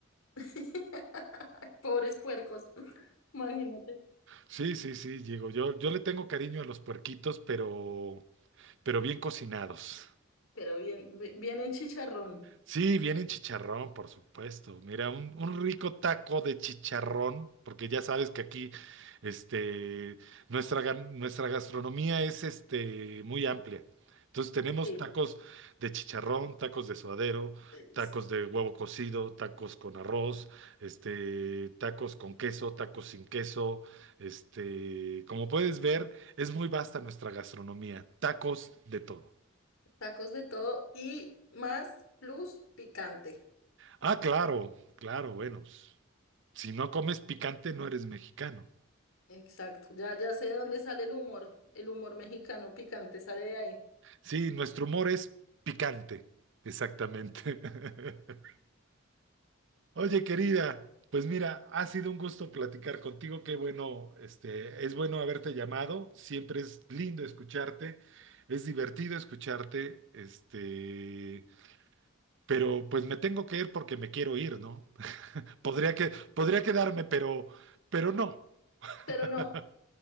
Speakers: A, on the left; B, on the right.
A: <laughs> Pobres puercos, imagínate.
B: Sí, sí, sí, Diego. Yo, yo le tengo cariño a los puerquitos, pero, pero bien cocinados.
A: Pero bien, bi- bien en chicharrón.
B: Sí, viene en chicharrón, por supuesto. Mira, un, un rico taco de chicharrón, porque ya sabes que aquí, este, nuestra, gan- nuestra gastronomía es, este, muy amplia. Entonces tenemos
A: Sí,
B: tacos de chicharrón, tacos de suadero,
A: delicia.
B: tacos de huevo cocido, tacos con arroz, este, tacos con queso, tacos sin queso. Este, como puedes ver, es muy vasta nuestra gastronomía. Tacos de todo.
A: Tacos de todo y más plus picante.
B: Ah, claro, claro, bueno. pues, Si no comes picante, no eres mexicano.
A: Exacto, ya, ya sé de dónde sale el humor. El humor mexicano picante sale de ahí.
B: Sí, nuestro humor es picante, exactamente. <laughs> Oye, querida, pues mira, ha sido un gusto platicar contigo. Qué bueno, este, es bueno haberte llamado. Siempre es lindo escucharte. Es divertido escucharte, este, pero pues me tengo que ir porque me quiero ir, ¿no? <laughs> Podría que, podría quedarme, pero, pero no. <laughs>
A: Pero no,